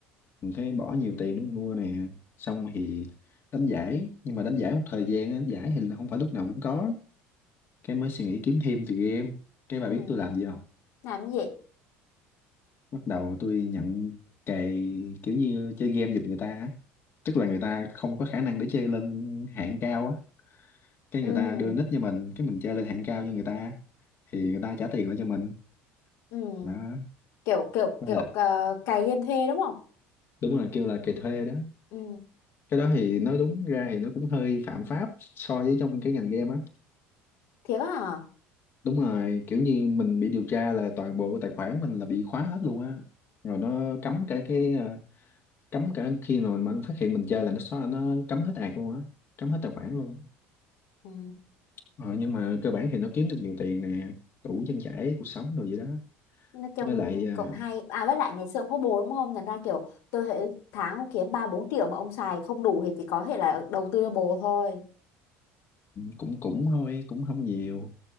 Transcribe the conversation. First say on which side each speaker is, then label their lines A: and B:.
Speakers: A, on the left; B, on the left.
A: mình phải bỏ nhiều tiền để mình mua nè xong thì đánh giải nhưng mà đánh giải một thời gian á, đánh giải thì là không phải lúc nào cũng có cái mới suy nghĩ kiếm thêm từ game cái bà
B: ừ
A: biết tôi làm gì không
B: làm cái gì
A: bắt đầu tôi nhận cày kiểu như chơi game giùm người ta á tức là người ta không có khả năng để chơi lên hạng cao á cái
B: ừ
A: người ta đưa nick cho mình cái mình chơi lên hạng cao cho người ta thì người ta trả tiền lại cho mình
B: ừ
A: đó
B: kiểu kiểu
A: với
B: kiểu
A: là
B: ờ, cày game thuê đúng không
A: đúng rồi, kêu là cày thuê đó
B: ừ
A: cái đó thì nói đúng ra thì nó cũng hơi phạm pháp so với trong cái ngành game á
B: thiệt á hả
A: đúng rồi kiểu như mình bị điều tra là toàn bộ tài khoản mình là bị khóa hết luôn á rồi nó cấm cả cái cấm cả khi mà mà nó phát hiện mình chơi là nó xóa nó cấm hết ạc luôn á cấm hết tài khoản luôn
B: ừ.
A: ờ, nhưng mà cơ bản thì nó kiếm được nhiều tiền nè đủ trang trải cuộc sống rồi gì đó
B: nói chung
A: với lại à,
B: cũng hay à với lại ngày xưa ông có bồ đúng không thành ra kiểu tôi thấy tháng ông kiếm ba bốn triệu mà ông xài không đủ thì chỉ có thể là đầu tư cho bồ thôi
A: cũng cũng thôi cũng không nhiều